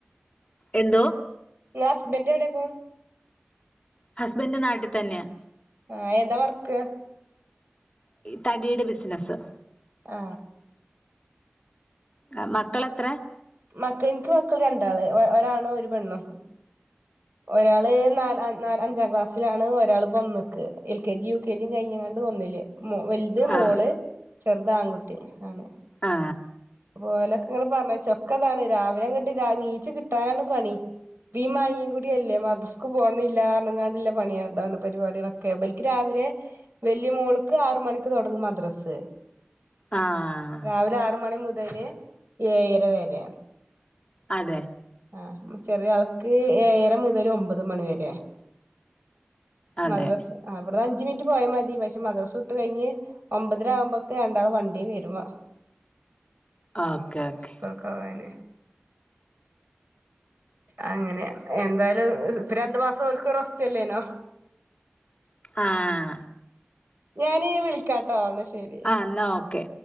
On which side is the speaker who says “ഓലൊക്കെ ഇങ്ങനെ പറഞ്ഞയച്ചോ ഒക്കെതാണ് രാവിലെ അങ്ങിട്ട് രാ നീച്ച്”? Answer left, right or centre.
Right